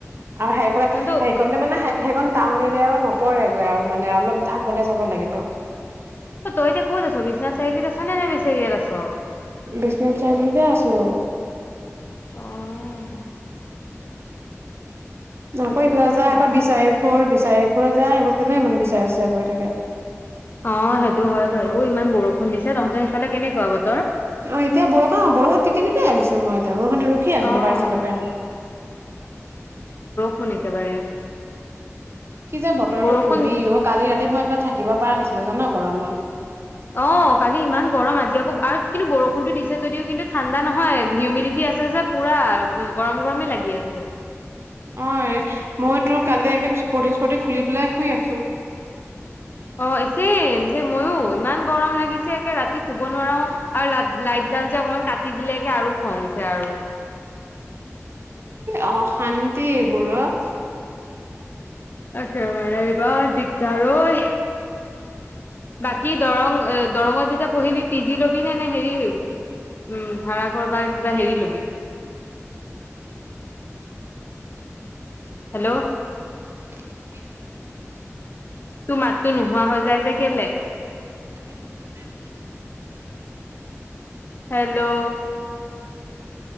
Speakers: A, on the right; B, on the left.
A: আৰু, সেই
B: তহত
A: সেইখনণতে মানে সেই টাউন ৰিয়য়াও নপৰেগৈ, আৰু মানে অলপ আগলে যাব লাগিব।
B: তই এতিয়া ক'ত আছ বিশ্বনাথ চাৰিআলিত আছ নে নে বেচেৰিয়াত আছ?
A: বিশ্বনাথ চাৰিআলিতে আছো।
B: অ',
A: আকৌ
B: সেইটো
A: ইফালে
B: কথা।
A: যায় আকৌ বিচাৰি ফুৰ, বিচাৰি ফুৰ যায়, এইবোৰ কেনে ইমান বিচাৰ চিচাৰ কৰি থাকে
B: অ', সেইটো হয় বাৰু ইমান বৰষুণ দিছে, তহঁতৰ সেইফালে কেনেকুৱা বতৰ?
A: অ', এতিয়া বৰষুণ বৰষুণত তিতি তিতি আহিছো মই দেৱৰহতো ৰখি আছিল,
B: অ'।
A: ৰ্পাচেলৰ কাৰণে
B: কোন একেবাৰে
A: কি যে বতৰটো
B: বৰষুণ
A: কবি অ', কালি ৰাতি মই এইবিলাক থাকিব পৰা নাছিলো, জান গৰমত
B: অ কালি ইমান গৰম, আজি আকৌ আৰু কিন্তু বৰষুণতো দিছে যদিও কিন্তু ঠাণ্ডা নহয়, হিউমিডিটি আছে যে পুৰা গৰম গৰমে লাগি আছে।
A: অ মই তোৰ কালি একদম স্পটিং স্পটিং খুলি পেলাই শুই আছো।
B: অ', একেই ময়ো ইমান গৰম লাগিছে একে ৰাতি শুব নোৱাৰা, আৰু ল-লাইট ডাল যে অকমান কাটি দিলে একে আৰু খং উঠে আৰু
A: অ', অশান্তি এইবোৰ অ, '
B: একেবাৰে এইবাৰ দিগদাৰ ঐ, বাকী দৰং দৰঙত যেতিয়া পঢ়িবি পিজি লবি নে নে হেৰি উম ভাড়াঘৰ বা কিবা হেৰি লবি? হেল্ল',
A: <unintelligible>
B: তোৰ মাতটো নোহোৱা হৈ যায় যে কেলে?
A: এতিয়া শুনিছ নে নাই?
B: হেল্ল',